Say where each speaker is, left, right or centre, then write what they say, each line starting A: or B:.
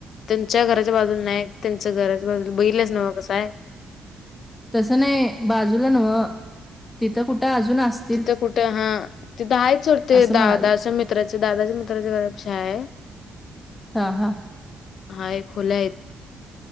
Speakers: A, on the left; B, on the left.
A: त्यांच्या घराच्या बाजू नाही त्यांच घराच्या बाजू बहिलेच नव कस आहे.
B: तसं नाही बाजूला न्हव, तिथं कुठं अजून असत.
A: तिथं कुठं हा तिथं आहे सोडते.
B: असं
A: दादाच्या
B: म्हणाले
A: मित्राचे दादाच्या मित्राच्या घरापाशी आहे.
B: हा हा
A: हाय, खुल्या आहेत.